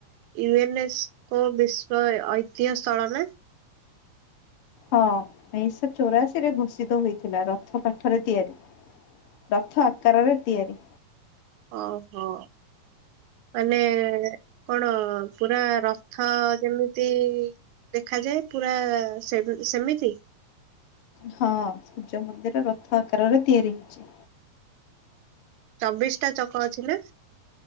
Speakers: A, on the right; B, on the left.
A: ୟୁଏନଏସ୍କୋ ବିଶ୍ୱ ଐତିହ୍ୟ ସ୍ଥଳ ନା?
B: ହଁ ଉଣେଇଶହ ଚଉରାଶୀ ରେ ଘୋଷିତ ହୋଇଥିଲା ରଥ କାଠରେ ତିଆରି। ରଥ ଆକାରରେ ତିଆରି।
A: ଓହୋ ମାନେ କଣ ପୁରା- ରଥ ଯେମିତି- ଦେଖାଯାଏ ପୁରା ସେ ସେମିତି।
B: ହଁ ସୂର୍ଯ୍ୟ ମନ୍ଦିର ରଥ ଆକାରରେ ତିଆରି ହେଇଚି।
A: ଚବିଶ ଟା ଚକ ଅଛିନା?